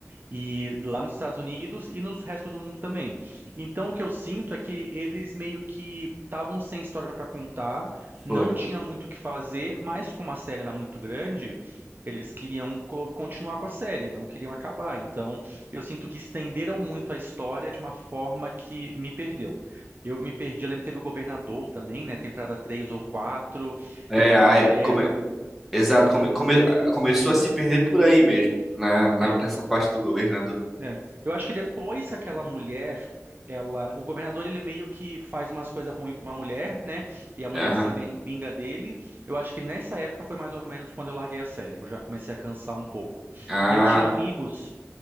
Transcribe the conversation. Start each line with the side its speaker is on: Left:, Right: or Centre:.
Right: E lá nos Estados Unidos e no resto do mundo também. Então, o que eu sinto é que eles meio que estavam sem história para contar, não
Centre: foi.
Right: tinha muito o que fazer, mas como a série era muito grande, eles queriam co- continuar com a série, não queriam acabar. Então, eu sinto que estenderam muito a história de uma forma que me perdeu. Eu me perdi, eu lembro que teve o Governador também, né? Temporada 3 ou 4
Centre: É,
Right: teve aquela
Centre: aí,
Right: mulher.
Centre: come- exato,
Right: Sim.
Centre: come- come- começou a se perder por aí mesmo, na, na-
Right: é,
Centre: nessa parte do governador.
Right: É. Eu acho que depois que aquela mulher, ela, o governador ele meio que faz umas coisas ruins pra uma mulher, né? E a mulher
Centre: Aham.
Right: se ven- vinga dele. Eu acho que nessa época foi mais ou menos quando eu larguei a série. Eu já comecei a cansar um pouco.
Centre: Ah,
Right: E eu tinha amigos